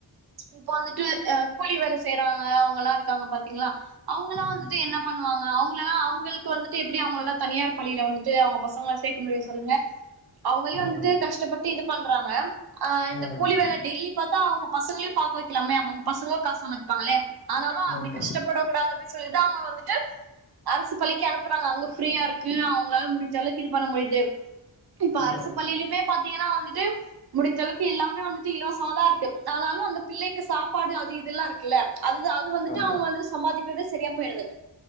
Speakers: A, on the right (about 60°); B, on the left (about 25°).
A: இப்போ வந்துட்டு கூலி வேல சேவாங்க அவங்க எல்லாம் இருக்காங்க பாத்தீங்களா சேரா சேரா அவங்கல்லாம் இருக்காங்க பாத்திங்களா அவ்ங்கள வந்துட்டு
B: ம்
A: என்ன பண்ணுவாங்க அவங்களல்லாம் அவங்க இப்ப வந்துட்டு எப்படி அவங்களல்லாம் தனியார் பள்ளியில வந்துட்டு அவங்க பசங்கங்கள சேர்க்க முடியும் சொல்லுங்க அவங்களையும்
B: ம்
A: வந்துட்டு கஷ்டப்பட்டு இது பண்றாங்க இந்த
B: ம்
A: கூலி வேலை டெய்லி பார்த்தா அவங்க பசங்களையும் பாக்க வைக்கலாமே அவங்க பசங்களும் காச சம்பாரிப்பாங்களே ஆனாலும் அப்படி
B: ஆமா
A: கஷ்டப்படக்க கூடாத சொல்லி அவங்க வந்துட்டு அரசு பள்ளிக்கு அனுப்புறாங்க அங்க இருக்கு அவங்களால முடிஞ்சலவுக்கு இது பண்ண முடியுது இப்ப
B: ம்
A: அரசு பள்ளியிலுமே பாத்தா வந்துட்டு முடிஞ்ச அளவுக்கு எல்லாமே வந்துட்டு இலவச தான் இருக்கு அதனால அந்த பிள்ளைக்கு சாப்பாடு அது இதெல்லாம் இருக் இல அது அது வந்துட்டு
B: ஆமா
A: அவங்க வந்துட்டு சம்பாதிக்கிறதே சரியா போயிடுது